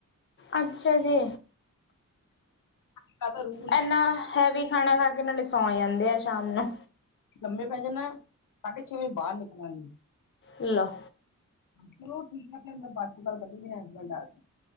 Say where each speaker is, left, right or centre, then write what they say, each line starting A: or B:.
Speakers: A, on the left; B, on the left.
A: ਅੱਛਾ ਜੀ,
B: ਇੱਕ ਆਹ ਦਾ ਰੂਲ
A: ੲੈਨਾ ਹੈਵੀ ਖਾਣਾ ਖਾ ਕੇ ਨਾਲੇ, ਸੌ ਜਾਂਦੇ ਆ ਸ਼ਾਮ ਨੂੰ
B: ਲੰਬੇ ਪੈ ਜਾਣਾ, ਸਾਢੇ ਛੇ ਵਜੇ ਬਾਰ ਨਿਕਲਾਗੀ
A: ਲਾ
B: ਚਲੋ ਠੀਕ ੲੈ, ਫੇਰ ਮੈਂ ਬਾਦ ਚ ਗੱਲ ਕਰਦੀ ਮੇਰੇ ਹਸਬੈਂਡ ਆਗੇ।